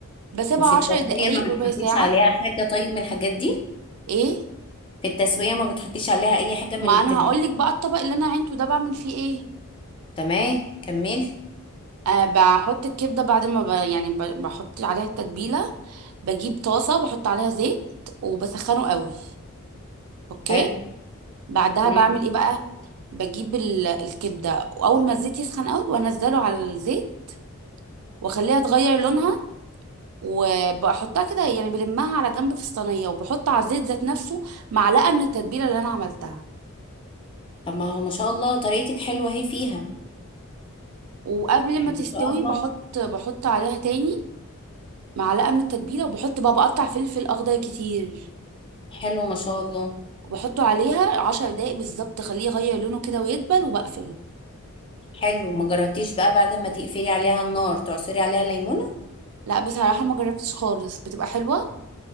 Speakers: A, on the right (about 80°); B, on the left (about 25°).
A: بسيبها
B: وفي التسوية
A: عشر دقايق
B: ما
A: ربع
B: بتحطيش
A: ساعة
B: عليها حاجة طيب من الحاجات دي
A: ايه
B: في التسوية ما بتحطيش عليها أي حاجة من
A: ما
B: التتبيلة
A: انا هقولك بقى الطبق اللي انا عينته ده بعمل فيه ايه
B: تمام كمل
A: أه بحط الكبدة بعد ما ب... يعني ب... بحط عليها التتبيلة بجيب طاسة بحط عليها زيت وبسخنه قوي اوكي
B: حلو
A: بعدها
B: مم.
A: بعمل ايه بقى بجيب ال... الكبدة واول ما الزيت يسخن قوي بنزله على الزيت واخليها تغير لونها وبحطها كده يعني بلمها على جنب في الصينيه وبحط على الزيت ذات نفسه معلقه من التتبيله اللي انا عملتها
B: طب ما هو ما شاء الله طريقتك حلوة اهي فيها
A: وقبل
B: يعني
A: ما تستوي
B: ما شاء الله
A: بحط بحط عليها تاني معلقه من التتبيله وبحط بقى بقطع فلفل اخضر كتير
B: حلو ما شاء الله
A: وبحطه عليها عشر دقايق بالظبط اخليه يغير لونه كده ويدبل وبقفل
B: حلو ما جربتيش بقى بعد ما تقفلي عليها النار تعصري عليها ليمونة
A: لا بصراحه ما جربتش خالص بتبقى حلوه